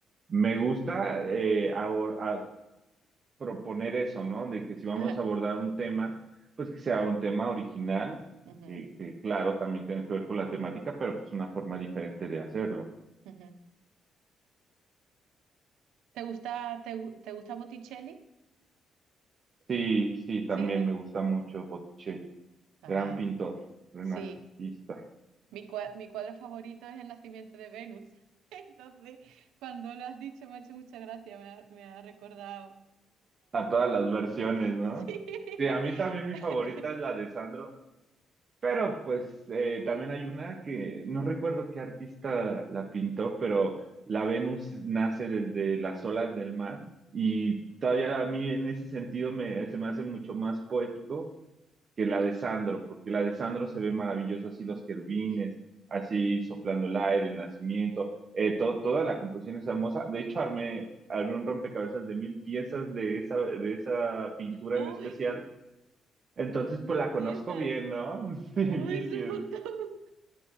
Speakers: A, on the right; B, on the right.
A: me gusta eh, abor- a- proponer eso, ¿no? De que si vamos
B: Ajá.
A: a abordar un tema, pues que sea un tema original,
B: Ujú,
A: que, que claro, también tiene que ver con la temática, pero pues una forma diferente de hacerlo.
B: ujú. ¿Te gusta, te, gu- te gusta Botticelli?
A: Sí, sí, también
B: Sí.
A: me gusta mucho Botticelli.
B: Ah,
A: Gran pintor, renacentista.
B: sí. Mi, cua- mi cuadro favorito es El nacimiento de Venus. <laughs> Entonces, cuando lo has dicho, me ha hecho mucha gracia, me ha, me ha recordado
A: A todas las versiones,
B: <laughs>
A: ¿no?
B: Sí.
A: Sí, a
B: <laughs>
A: mí también mi favorita es la de Sandro, pero pues eh, también hay una que no recuerdo qué artista la pintó, pero la Venus nace desde las olas del mar y todavía a mí en ese sentido me, se me hace mucho más poético que la de Sandro, porque la de Sandro se ve maravillosa, así los querubines,
B: Sí.
A: así soplando el aire, el nacimiento, eh, to toda la composición es hermosa. De hecho, armé, armé, un rompecabezas de mil piezas de esa, de esa pintura
B: Uy,
A: en especial. Entonces,
B: mil
A: pues la conozco
B: piezas.
A: bien, ¿no? <laughs> Sí,
B: Uy,
A: mil
B: es
A: piezas.
B: un montón.